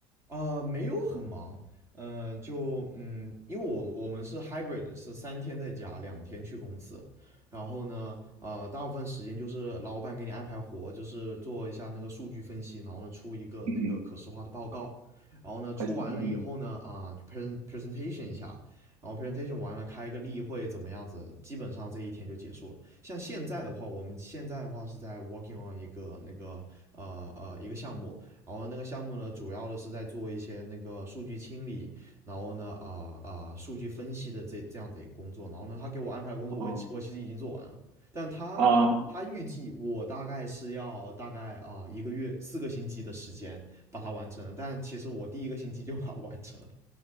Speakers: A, on the right (about 25°); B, on the right (about 85°).
A: 啊、没有很忙，呃，就嗯，因为我我们是 hybrid，是三天在家，两天去公司。然后呢，呃，大部分时间就是老板给你安排活，就是做一下那个数据分析，然后呢出一个那个可视化的报告。
B: 嗯哼
A: 然后呢，出完了以后呢，
B: 还行，嗯
A: 啊、p r e s e n presentation 一下，然后 presentation 完了开一个例会，怎么样子？基本上这一天就结束了。像现在的话，我们现在的话是在 working on 一个那个呃呃一个项目，然后那个项目呢，主要的是在做一些那个数据清理，然后呢，啊、呃啊、呃数据分析的这这样子一个工作。然后呢，他给我安排的工作我我我其实已经做完了，
B: 哼，哦
A: 但他他预计我大概是要大概啊、
B: 啊，
A: 呃一个月四个星期的时间把它完成，但其实我第一个星期就把它完成了。